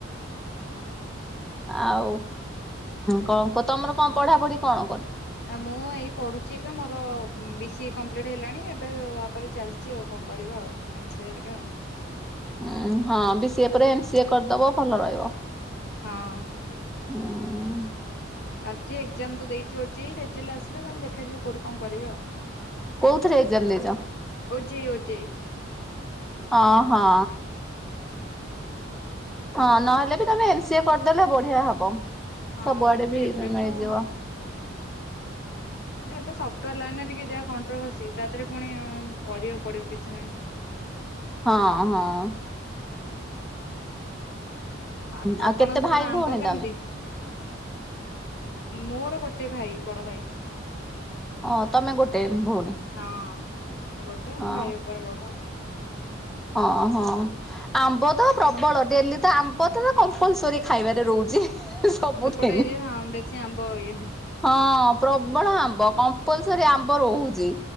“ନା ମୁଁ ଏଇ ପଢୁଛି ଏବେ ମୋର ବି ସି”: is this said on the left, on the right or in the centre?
Left